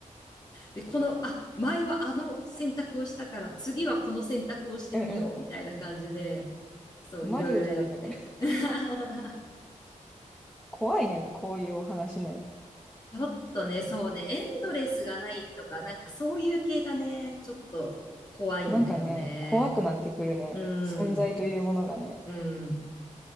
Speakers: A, on the left; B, in the centre.
A: で、この、あ、前はあの選択をしたから、次はこの選択をしてみよう、
B: うんう
A: みたいな感じで、そう、
B: ん。マリオじゃないんだから。
A: いろいろやって。<laughs>
B: 怖いね、こういうお話ね。
A: ちょっとね、そうね、エンドレスがないとか、なんかそういう系がね、ちょっと怖いんだよね。
B: なんかね、怖くなってくるね。
A: う
B: 存在というものがね、
A: ん、うん。